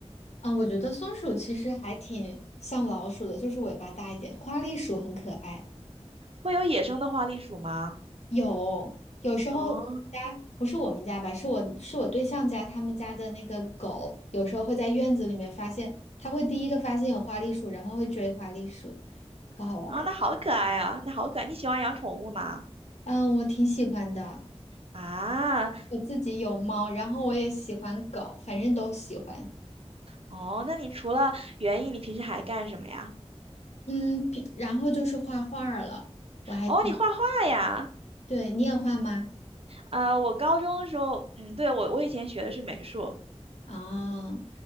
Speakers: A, on the left (about 75°); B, on the right (about 60°).
A: 嗯，我觉得松鼠其实还挺像老鼠的，就是尾巴大一点。花栗鼠很可爱，
B: 会有野生的花栗鼠吗？
A: 有有时候我们家不是我们家吧，
B: 哦，
A: 是我是我对象家他们家的那个狗，有时候会在院子里面发现，它会第一个发现有花栗鼠，然后会追花栗鼠，可好玩儿了。
B: 啊，那好可爱啊，那好可爱。你喜欢养宠物吗？
A: 嗯，我挺喜欢的。
B: 啊，
A: 我自己有猫，然后我也喜欢狗，反正都喜欢。
B: 哦，那你除了园艺，你平时还干什么呀？
A: 嗯，比然后就是画画儿了，我还挺，
B: 哦，你画画呀？
A: 对，你也画吗？
B: 啊、我高中的时候，嗯，对，我我以前学的是美术，
A: 哦